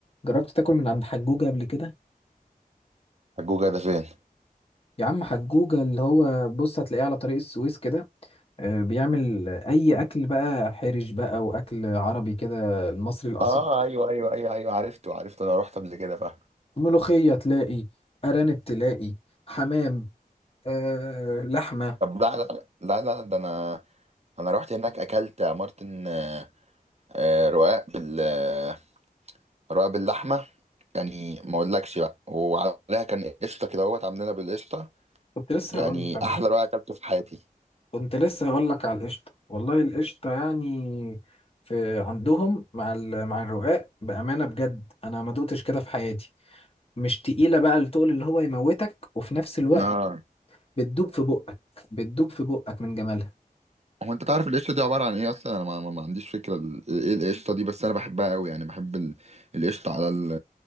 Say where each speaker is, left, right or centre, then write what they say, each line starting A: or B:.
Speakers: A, on the left (about 40°); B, on the right (about 45°).
A: جربت تاكل من عند حجوجه قبل كده
B: الجوجا ده فين
A: يا عم حجوجة اللي هو بص هتلاقيه على طريق السويس كده آه، بيعمل أي أكل بقى حرش بقى وأكل عربي كده المصري الأصيل
B: اه ايوه ايوه ايوه ايوه عرفته عرفته انا رحت قبل كده فاهم
A: ملوخية تلاقي أرانب تلاقي حمام آه لحمة
B: طب لا لا لا لا ده انا انا رحت هناك اكلت يا مارتن آه، آه، رقاق بال آه، رقاق باللحمه يعني ما اقولكش بقى وعليها كان قشطه كده اهوت عاملينها بالقشطه
A: كنت لسه
B: يعني
A: هقول لك على
B: احلى
A: القشطة
B: رقاق اكلته في حياتي
A: كنت لسه هقول لك على القشطة والله القشطة يعني في عندهم مع ال... مع الرقاق بأمانة بجد أنا ما دقتش كده في حياتي مش تقيلة بقى التقل اللي هو يموتك وفي نفس الوقت
B: اه
A: بتدوب في بقك بتدوب في بقك من جمالها
B: هو انت تعرف القشطه دي عباره عن ايه اصلا انا ما, ما ما عنديش فكره ال- ايه القشطه دي بس انا بحبها قوي يعني بحب ال- القشطه على ال-